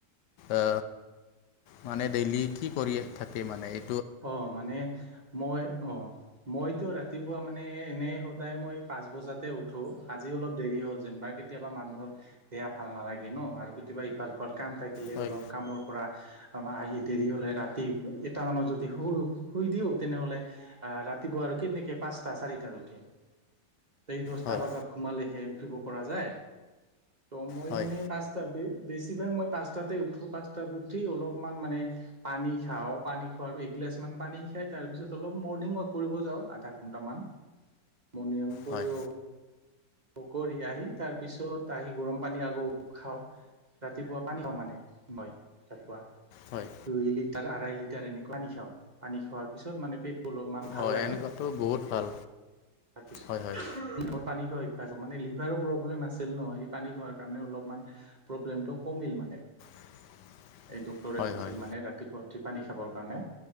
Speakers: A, on the left; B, on the right.
A: অ, মানে ডেইলি কি কৰি থাকে মানে এই
B: অ, মানে মই অ, মইতো ৰাত ৰাতিপুৱা মানে এনেই সদায় মই পাঁচ বজাতে উঠোঁ আজি অলপ দেৰি হ'ল যেনিবা কেতিয়াবা মানুহৰ দিয়া ভাল নালাগে ন' আৰু কেতিয়াবা ইফাল সিফাল কাম থাকিলে
A: হয়
B: হ'ল অ, কামৰ পৰা <unintelligible> আহি দেৰি হলে ৰাতি এটা মানত জদ তে শু-শুই দিওঁ তেনেহ'লে আহ ৰাতিপুৱা আৰু কেনেকে পাঁচটা - চাৰিটাত উঠিম? তে এই দছটা
A: হয়
B: বজাত ঘোমালেহে উঠিব পৰা যায়। ত মই
A: হয়
B: এনেই পাঁচটা দি বেছিভাগ মই পাঁচটাতে উঠোঁ পাঁচটাত উঠি অলপমান মানে পানী খাওঁ পানী <unintelligible> এগিলাচ মান পানী খাই তাৰপিছত অলপ মৰ্ণিং ৱাক কৰিব যাওঁ আধা ঘন্টামান। মনিয়ম কৰিয়
A: হয়
B: কৰি আহি তাৰপিছত আহি গৰম পানী আকৌ খাওঁ ৰাতিপুৱা পানী খওঁ মানে মই ৰাতিপুৱা
A: হয়
B: দুই লিটাৰ আঢ়াই লিটাৰ এনেকোৱা আনি খাওঁ পানী খোৱাৰ পিছত মানে পেট টো অলপমান ভাল
A: অঁ
B: লাগে
A: এনেকুৱাতো বহুত ভাল
B: তা তাৰ পিছ
A: হয় হয়
B: মোৰ পানী মানে লিভাৰো প্ৰব্লেম আছিল ন সেই পানী খোৱাৰ কাৰণে অলপমান প্ৰব্লেমটো কমিল মানে
A: <inaudible>
B: এই ডক্তৰে
A: হয়
B: কৈছিল
A: হয়
B: মানে ৰাতিপুৱা উঠি পানী খাবৰ কাৰণে